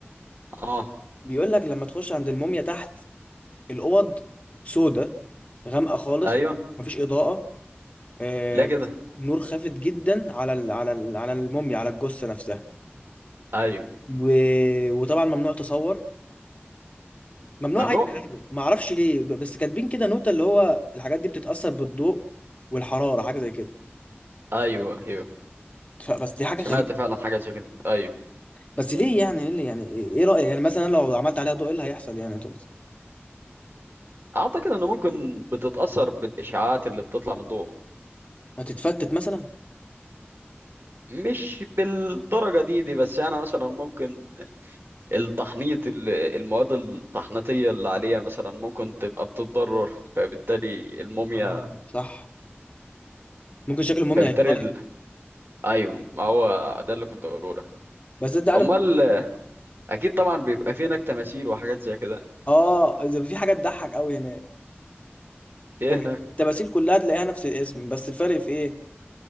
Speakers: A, on the right (about 60°); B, on the left (about 30°).
A: اه
B: بيقول لك لما تخش عند الموميا تحت الاوض سودة غامقه خالص
A: ايوه
B: مفيش اضاءه آه
A: لا كده
B: نور خافت جدا على ال على ال على الموميا على الجثه نفسها
A: ايوه
B: و... وطبعا ممنوع تصور ممنوع
A: ممنوع
B: اي حاجه ما اعرفش ليه ب- بس كاتبين كده نوتة اللي هو الحاجات دي بتتاثر بالضوء والحراره حاجه زي كده
A: ايوه أيوه.
B: ف- بس دي حاجه
A: سمعت
B: غريبه
A: فعلا حاجة زي كده أيوه
B: بس ليه يعني ايه اللي يعني ايه رأيك يعني مثلا لو عملت عليها ضوء ايه اللي هيحصل يعني يا توماس
A: أعتقد إنه ممكن بتتأثر بالإشعاعات اللي بتطلع من الضوء
B: هتتفتت مثلا
A: مش بالدرجة دي دي بس يعني مثلا ممكن التحنيط ال- المواد التحنيطية اللي عليها مثلا ممكن تبقى بتتضرر فبالتالي الموميا
B: اه صح ممكن شكل الموميا
A: فبالتالي
B: هيتغير
A: ال... أيوه ما هو ده اللي كنت أقوله لك
B: بس انت عارف
A: أمال أكيد طبعا بيبقى في هناك تماثيل وحاجات زي كده
B: اه اذا في حاجه تضحك قوي هناك
A: في إيه
B: هناك
A: هناك
B: التماثيل كلها تلاقيها نفس الاسم بس الفرق في ايه